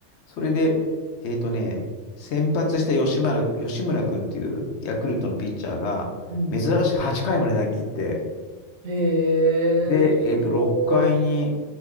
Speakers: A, on the left; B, on the right.
A: それで、えっとね、先発した吉村、吉村君っていうヤクルトのピッチャーが、
B: うん。
A: 珍しく8回まで投げ切って、
B: へえ、
A: で、
B: すご
A: えっと、6回に、